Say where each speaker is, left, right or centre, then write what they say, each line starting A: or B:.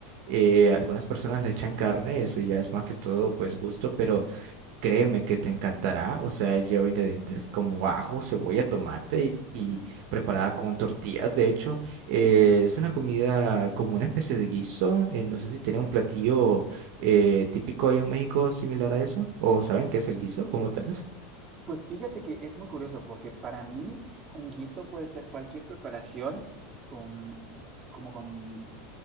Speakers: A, on the right (about 60°); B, on the right (about 25°).
A: eh, algunas personas le echan carne, eso ya es más que todo pues gusto, pero créeme que te encantará. O sea, lleva ingredientes como ajo, cebolla, tomate y preparada con tortillas. De hecho, eh,
B: Uh,
A: es una comida como una especie de guiso. eh, no sé si tienen un platillo eh, típico ahí en México similar a eso o saben qué es el guiso como tal.
B: Pues fíjate que es muy curioso porque para mí un guiso puede ser cualquier preparación con como con